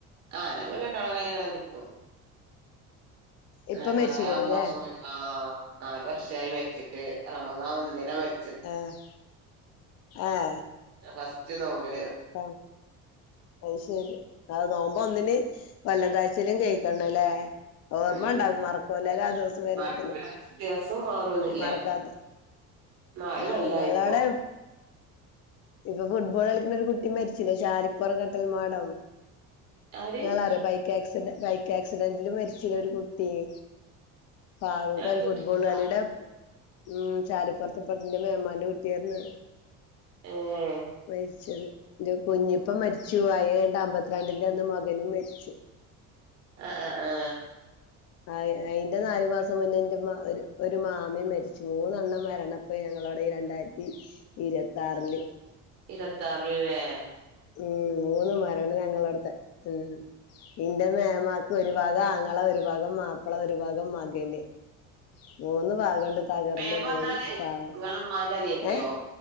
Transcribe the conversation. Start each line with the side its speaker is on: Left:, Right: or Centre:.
Right: ആഹ് ഞങ്ങള് രണ്ടാളും അങ്ങനെ എടുക്കു
Left: ഇപ്പൊ
Right: ഞങ്ങളെ
Left: മരിച്ചുക്കണു അല്ലേ
Right: <unintelligible> ആഹ് നാല് വർഷായി മരിച്ചിട്ട് റമദാൻ ഒന്നിനാ മരി
Left: ആഹ് ആഹ്
Right: ഫസ്റ്റ് നോമ്പി
Left: ആഹ് അയ് ശെരി അത് നോമ്പ് ഒന്നിന് വല്ലം താഴ്ച്ചിലും <unintelligible> ല്ലേ ഓർമ്മ
Right: ഉം
Left: ഇണ്ടാവും മറക്കുലല്ല ആ ദിവസം വരുമ്പോത്തെന്
Right: മറക്കൂല ദിവസം മാറൊന്നില്ല
Left: മറക്കാത്ത
Right: നാല്
Left: ഞങ്ങളുടെ
Right: കൊല്ലായിപ്പോ
Left: ഇപ്പോ ഫുട്ബോൾ കളിക്കണ ഒരു കുട്ടി മരിച്ചില്ലേ ഷാരിപ്പുറം കട്ടൽമാടം
Right: ആര്
Left: ങ്ങളറിയോ ബൈക്ക് ക്കാസിഡ് ബൈക്ക് ആക്സിഡൻറ്റില് മരിച്ചില്ലേ ഒരു കുട്ടിയെ ഫാറുക്കർ
Right: ഞാൻ കേട്ടിട്ടില്ല
Left: ഫുട്ബോൾ കളിടെ ഉം ചാലിപ്പൊറത്ത്പ്പറത്തിന്റെ മേമാന്റെ കുട്ടിയാന്ന്
Right: ഏഹ്
Left: മരിച്ചത് ൻ്റെ കുഞ്ഞിപ്പോ മരിച്ചു ആയ് കയ്ഞ്ട്ട് അമ്പത്തിരണ്ടിന്റെ അന്ന് മകനും മരിച്ചു
Right: ആഹ് ആഹ് ആ
Left: ആ അയിന്റെ നാലു മാസം മുന്നേന്റെ ഉമ്മ ഒരു ഒരു മാമ മരിച്ചു മൂന്നെണ്ണം മരണപ്പ ഞങ്ങളോടെ ഈ രണ്ടായിരത്തി ഇരുപത്തിയാറില്
Right: ഇരുപത്താറ്ല്ല്ലേ
Left: ഉം മൂന്ന് മ മരണ് ഞങ്ങളെട്ത്തെ ഉം ഇന്റെ മേമാക്ക് ഒരു വകാ ആങ്ങള ഒരുഭാഗം മാപ്പിള ഒരുഭാഗം മകന് മൂന്ന് ഭാഗാണ്ട് തകർന്ന്
Right: വേം പറഞ്ഞാല്
Left: പോയി പാവം
Right: ഇങ്ങളെ ഇമ്മാന്റെ അനിയത്തിയോ
Left: ഏ